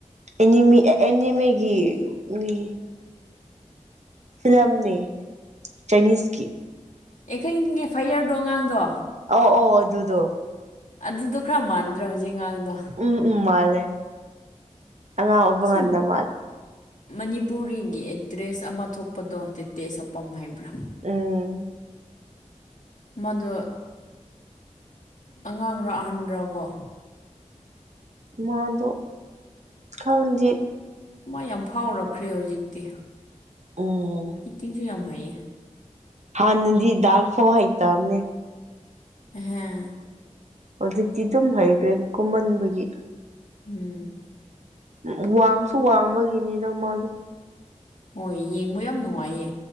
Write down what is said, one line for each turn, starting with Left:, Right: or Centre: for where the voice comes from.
Right: ꯑꯦꯅꯤꯃꯤ ꯑꯦꯅꯤꯃꯤꯒꯤ ꯃꯤ ꯐꯤꯂꯝꯅꯤ ꯆꯥꯏꯅꯤꯁꯀꯤ
Left: ꯑꯩꯈꯪꯒꯤ ꯑꯦꯐ ꯑꯥꯏ ꯑꯔꯗꯣ ꯑꯉꯥꯡꯗꯣ
Right: ꯑꯣ ꯑꯣ ꯑꯗꯨꯗꯣ
Left: ꯑꯗꯨꯗꯣ ꯈꯔ ꯃꯥꯟꯗ꯭ꯔꯥ ꯍꯧꯖꯤꯛ ꯉꯥꯡꯗꯣ
Right: ꯎꯝ ꯎꯝ ꯃꯥꯜꯂꯦ ꯑꯉꯥꯡ ꯑꯣꯏꯕ
Left: ꯁꯤ
Right: ꯀꯥꯟꯗ ꯃꯥꯜꯂꯦ
Left: ꯃꯅꯤꯄꯨꯔꯤꯒꯤ ꯑꯦꯛꯇ꯭ꯔꯦꯁ ꯑꯃ ꯊꯣꯛꯄꯗꯣ ꯇꯦ ꯇꯦ ꯁꯄꯝ ꯍꯥꯏꯕ꯭ꯔꯥ
Right: ꯎꯝ
Left: ꯃꯗꯨ ꯑꯉꯥꯡꯅꯣ ꯑꯍꯟꯕ꯭ꯔꯣꯀꯣ
Right: ꯃꯥꯗꯨ ꯀꯗꯤ
Left: ꯃꯥ ꯌꯥꯝ ꯐꯥꯎꯔꯛꯈ꯭ꯔꯦ ꯍꯧꯖꯤꯛꯇꯤ
Right: ꯎꯝ
Left: ꯑꯦꯇꯤꯡꯁꯨ ꯉꯝ ꯐꯩ
Right: ꯍꯥꯟꯅꯗꯤ ꯗꯗꯥꯥꯟ ꯐ ꯍꯥꯏ ꯍꯥꯏ ꯇꯕꯅꯦ
Left: ꯍꯥꯦ
Right: ꯍꯧꯖꯤꯛꯇꯤ ꯑꯗꯨꯝ ꯍꯩꯈ꯭ꯔꯦ ꯀꯨꯝꯍꯟꯕꯒꯤ
Left: ꯎꯝ
Right: ꯎ ꯋꯥꯡꯁꯨ ꯋꯥꯡꯕꯒꯤꯅꯤꯅ ꯃꯥꯗ
Left: ꯍꯣꯏ ꯌꯦꯡꯕ ꯌꯥꯝ ꯅꯨꯡꯉꯥꯏꯌꯦ